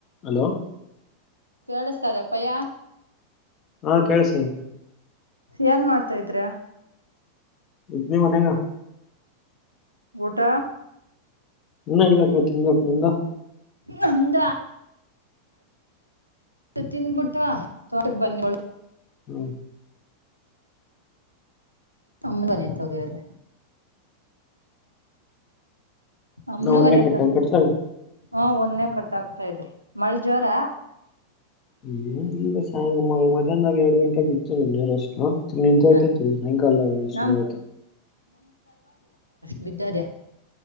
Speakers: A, on the left; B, on the right.
A: ಹಲೋ
B: ಕೆಳಿಸ್ತದೆ ಅಪ್ಪಯ್ಯ
A: ಹಾ ಕೇಳಸದ
B: ಏನ್ ಮಾಡ್ತಾ ಇದ್ರ.
A: ಇಡ್ನ ಮನೆಗ
B: ಊಟಾ
A: ಇಲ್ಲ ತೀ ನಿಂದು.
B: ನಮ್ದ ತಿನ್ಬಿಟ್ಟ ತೋಟಕ್ ಬನ್ನಿ ಒಳು
A: ಹ್ಮ್
B: ಅಮ್ಮನಯತೋದೇವರೇ ಅಮನಗನತ
A: ನಾ ಒನ್ನೆ ಕಟ್ಟ ಕಟ್ಸ
B: ಹ ಒನ್ನೆ ಕೊಟ್ಟ ಹತ ಇದ್ರಿ ಮಳೆ ಜೋರ.
A: ಹ ಏನಿಲ್ಲ ಮಧ್ಯಾಹ್ನ ಎರಡು ಗಂಟೆಗೆ ಬಿತ್ತು ನೀ ನೀರಷ್ಟು ನಿಂತುಯ್ತ
B: ಹ
A: ಸಾಯಂಕಾಲದಾಗ ಶುರು
B: ನಮ್
A: ಆಯ್ತ.
B: ಬಿಿದ್ದಾದ.